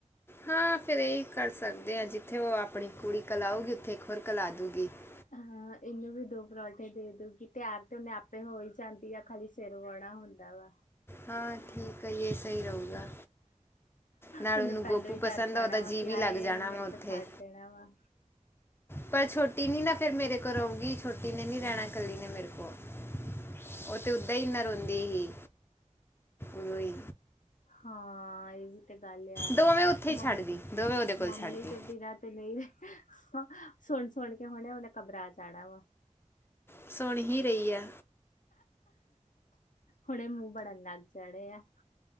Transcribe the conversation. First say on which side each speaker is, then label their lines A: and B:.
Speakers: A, on the left; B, on the left.
A: ਹਾਂ ਫੇਿਰ ਇਹੀ ਕਰ ਸਕਦੇ ਹਾਂ ਜਿੱਥੇ ਉਹ ਆਪਣੀ ਕੁੜੀ ਕਲਾਉਗੀ ਉੱਥੇ ਇੱਕ ਹੋਰ ਕਲਾ ਦੂਗੀ <unintelligible>
B: ਹਾਂ <inaudible> ਇਹਨੂੰ ਵੀ ਦੋ ਪਰੌਂਠੇ ਦੇ ਦੂਗੀ ਤਿਆਰ ਤੇ ਉਹਨੇ ਆਪੇ ਹੋ ਹੀ ਜਾਂਦੀ ਆ ਖਾਲੀ ਸਿਰ ਬਹੁਣਾ ਹੁੰਦਾ ਵਾ।
A: ਹਾਂ ਠੀਕ ਹੈ ਇਹ ਸਹੀ ਰਹੂਗਾ। ਨਾਲ
B: ਉਹਨੇ
A: ਉਹਨੂੰ
B: ਪਹਿਲੋ
A: ਗੋਪੂ
B: ਹੀ
A: ਪਸੰਦ
B: ਡਰ ਜਾਣਾ
A: ਆ ਉਹਦਾ
B: ਵਾ
A: ਜੀ
B: ਕਿ
A: ਵੀ
B: ਹਾਏ
A: ਲੱਗ ਜਾਣਾ
B: ਮੇਰੋ
A: ਵਾ ਉੱਥੇ
B: ਕੋਲ ਛੱਡ ਦੇਣਾ ਵਾਂ।
A: ਪਰ ਛੋਟੀ ਨੀ ਨਾ ਫ਼ਿਰ ਮੇਰੋ ਕੋਲ ਰਉਗੀ ਛੋਟੀ ਨੇ ਨੀ ਰਹਿਣਾ ਕੱਲੀ ਨੇ ਮੇਰੇ ਕੋਲ ਉ ਤੇ ਉਦਾ ਹੀ ਇਨਾ ਰੋਂਦੀ ਹੀ ਉਦੋ ਈ।
B: ਹਾਂ ਏਹੀ ਤੇ ਗੱਲ ਆ
A: ਦੋਵੇਂ ਉੱਥੇ ਹੀ
B: ਮਮ
A: ਛੱਡਦੀ ਦੋਵੇਂ ਉਹਦੇ ਕੋਲ
B: ਮੰਮੀ
A: ਛੱਡਦੀ
B: ਦੇ ਬਿਨਾ ਤੇ ਨਹੀਂ। <inaudible> ਹਾਂ ਸੁਣ -ਸੁਣ ਕੇ ਹੁਣੇ ਉਹਨੇ ਘਬਰਾ ਜਾਣਾ ਵਾਂ।
A: ਸੁਣ ਹੀ ਰਹੀ ਆ।
B: ਹੁਣ ਇਹ ਮੂੰਹ ਬੜਨ ਲੱਗ ਚੜੇ ਆ <unintelligible>